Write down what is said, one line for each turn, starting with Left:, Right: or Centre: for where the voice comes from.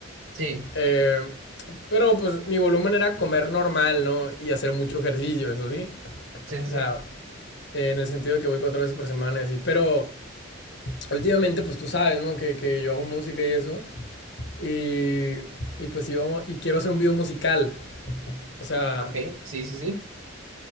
Right: sí,
Left: Eh, pero pues mi volumen era comer normal, ¿no? Y hacer mucho ejercicio, eso sí.
Right: sí, sí,
Left: O sea,
Right: sí,
Left: eh, en el sentido de que voy cuatro veces por semana, y así. Pero últimamente, pues tú sabes, ¿no? Que, que yo hago música y eso. Y, y pues yo, y quiero hacer un video musical. O sea,
Right: ok, sí, sí, sí,